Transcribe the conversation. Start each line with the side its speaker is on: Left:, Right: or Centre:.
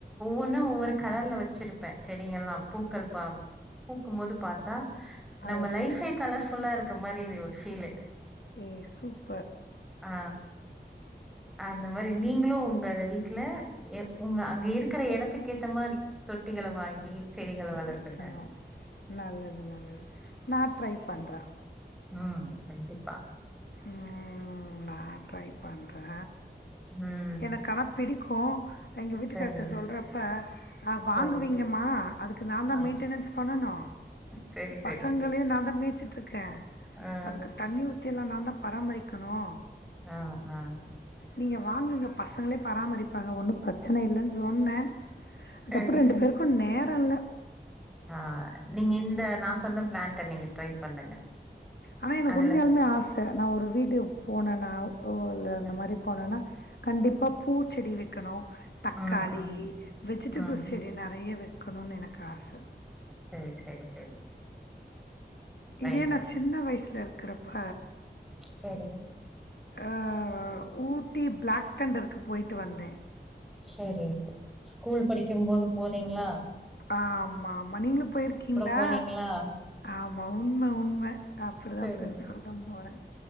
Centre: ஒன்னு ஒவ்வொரு கலர்ல வச்சிருப்பே செடிங்கலெலா பூக்கள் பா பூக்கு போது பாத்தா நம்ம
Left: அழகா
Centre: லைஃபே கலர்ஃபுல்லா இருக்க மாரி இரு ஃபீலு
Left: ஏ சூப்
Centre: ஆ அந்த மாரி நீங்களும் இந்தது வீட்ல எப் உங்க அங்க இருக்கிற எடத்துக்கு ஏத்த மாரி தொட்டிகள வாங்கி செடிகள வளர்த்துங்க
Left: நிக்கணு நல்லது நல்லது நா ட்ரை பண்றே
Centre: ஆ கண்டிப்பா
Left: ம் நா ட்ரை பண்றே
Centre: ம்
Left: எனக் ஆனா பிடிக்கு எங்க வீட்டுக்கார்ட
Centre: சரி
Left: சொல்றப்ப அ வாங்குவீங்கம்மா
Centre: சரி
Left: அதுக்கு நா தா
Centre: ஆ
Left: மெயின்டனன்ஸ் பண்ணணு
Centre: சரி சரி
Left: பசங்களயு நா தா மேய்ச்சிட்ருக்கே
Centre: ஆ
Left: அதுக்கு தண்ணி ஊத்தியெல்லா நா தா பராமரிக்கணு
Centre: ஆ ஆ
Left: நீங்க வாங்குங்க பசங்களே பராமரிப்பாங்க ஒன்னு பிரச்சன இல்லன்னு சொன்னே அதுக்கப்பறோ
Centre: சரி
Left: ரெண்டு பேருக்கு நே டல்ல
Centre: ஆ நீங்க இந்த நா சொன்ன பிளான்ட நீங்க ட்ரை பண்ணுங்க
Left: ஆனா எனக்கு
Centre: அதுல
Left: உண்மையாலுமே ஆச நா ஒரு வீட்க் போனனாவு ஓ ச அந்த
Centre: அ
Left: மாரி போனன்னா கண்டிப்பா பூச்செடி வைக்கணு தக்காளி
Centre: ம் ம்
Left: வெஜிடபிள்
Centre: ம்
Left: செடி நெறைய வைக் க்கணுன் எனக்கு ஆச
Centre: சரி சரி சரி வைங்க
Left: இதே நா
Centre: வைங்க
Left: சின்ன வயசுல இரு க்குறப் ப
Centre: சரி
Left: ஆ ஊட்டி பிளாக் தண்டருக்கு போயிட்டு வந்தே
Centre: செரி ஸ்கூல் படிக்கும் போது போனீங்ளா
Left: ஆமா ஆமா நீங்களு போயிருக்கீங்ளா
Centre: போனீங்களா
Left: ஆமா உண்ம உண்ம அப்பிடிதா
Centre: சரி
Left: ஃப்ரெண்ட்ஸ் கூட தா போனே